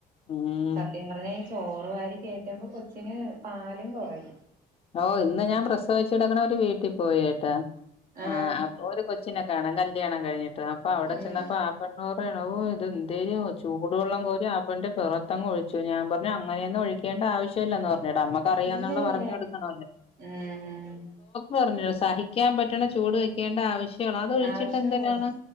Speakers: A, on the left; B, on the right.
A: ഉം
B: സത്യം പറഞ്ഞാ ഈ ചോറ് വാ കേട്ടപ്പോ കൊച്ചിന് പാലും കൊറയും
A: ഓ ഇന്ന് ഞാൻ പ്രസവിച്ചു കിടക്കണ ഒരു വീട്ടിൽ പോയീട്ടാ
B: ആഹ്
A: ആ അപ്പൊ ഒരു കൊച്ച നെ കാണാൻ കല്യാണം കഴിഞ്ഞി അപ്പൊ അവിടെ
B: ഉം
A: ചെന്നപ്പോ ആ പെണ്ണ് <unintelligible> അത് എന്തേലും ചൂടുവെള്ളം കോരി ആ പെണ്ണിന്റെ പിറത്തങ്ങ് ഒഴിച്ചു ഞാൻ പറഞ്ഞു പിന്നെ അങ്ങനെയൊന്നും ഒഴിക്കേണ്ട ആവശ്യമില്ലന് പറഞ്ഞു എന്നിട്ട് നമ്മക്കറിയാന്നുള്ള
B: ഇല്ല ഇല്ല
A: പറഞ്ഞു കൊടുത്തു <unintelligible>
B: ഉം ഉം
A: പറഞ്ഞോളൂ സഹിക്കാൻ പറ്റണ ചൂട് വെക്കേണ്ട ആവശ്യം അതൊഴിച്ചിട്ട്
B: ആവശ്യള്ള
A: എന്തിനാണ്